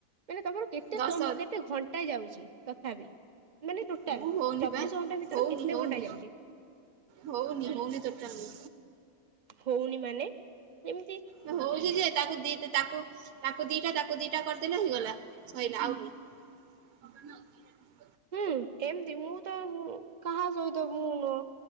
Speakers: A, on the right (about 40°); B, on the right (about 75°).
A: ମାନେ ତମର କେତେ
B: ଦଶ
A: ସମ କେତେ ଘଣ୍ଟା ଯାଉଚି ତଥାପି? ମାନେ ଟୋଟାଲ
B: ମୁଁ ହଉନି
A: ଚବିଶ
B: ବା
A: ଘଣ୍ଟା ଭିତରେ
B: ହଉନି
A: କେତେ
B: ହଉନି।
A: ଘଣ୍ଟା ଯାଉଚି?
B: ହଉନି ହଉନି ଟୋଟାଲ
A: ହଉନି ମାନେ ଏମିତି
B: ହଉଚି ଯେ ତାକୁ ଦି ତାକୁ ତାକୁ ଦିଟା ତାକୁ ଦିଟା କରିଦେଲେ ହେଇଗଲା ସରିଲା ଆଉନି। <inaudible>
A: ହୁଁ ଏମତି ମୁଁ ତ କାହା ସହିତ ମୁଁ ନୁହ